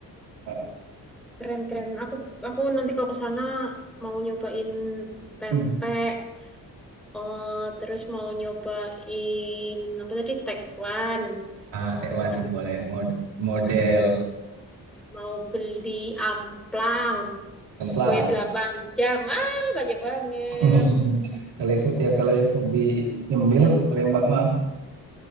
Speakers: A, on the right (about 80°); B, in the centre.
A: heeh.
B: Keren, keren. Aku aku nanti kalau ke sana mau nyobain pempek,
A: Hmm.
B: eh, terus mau nyobain apa tadi tekwan,
A: Ah, Taiwan
B: terus
A: tuh boleh Mod- model
B: mau beli amplang,
A: kemplang.
B: kue delapan jam. Ah, banyak banget.
A: <laughs> Kalau yang sup- ya kalau yang lebih nyemil Palembang mah